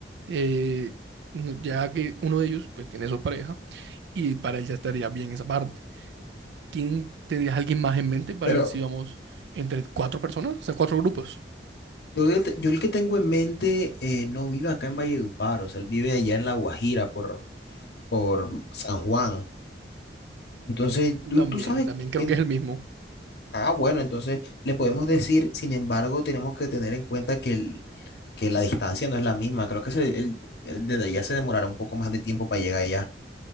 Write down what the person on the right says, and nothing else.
eh, no- ya que uno de ellos pues tiene su pareja y para él ya estaría bien esa parte. ¿Quién tendrías alguien más en mente para
ver si vamos entre cuatro personas? O sea, cuatro grupos.
Yo
También,
también creo
que es el mismo.